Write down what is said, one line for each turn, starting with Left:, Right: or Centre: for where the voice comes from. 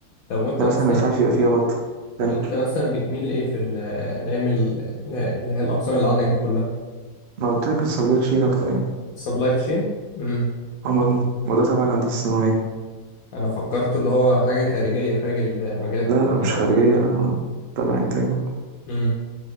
Left: طب وانت
Right: ده
Left: مثلا
Right: مثلا ما ينفعش يبقى فيه غلطة فاهم
Left: وانت مثلا بتميل لايه في ال- العلم ال- اللي هي الاقسام اللي عندك دي كلها
Right: ما قلت لك الصيدلية تشيل أكتر يعني
Left: سبلاي تشين امم
Right: أما ما ده تبع الهندسة الصناعية
Left: انا فكرته اللي هو حاجه خارجيه خارج المجالات
Right: لا لا
Left: بتاعها
Right: مش خارجية
Left: دي
Right: لا تبع إنتاج برضه
Left: امم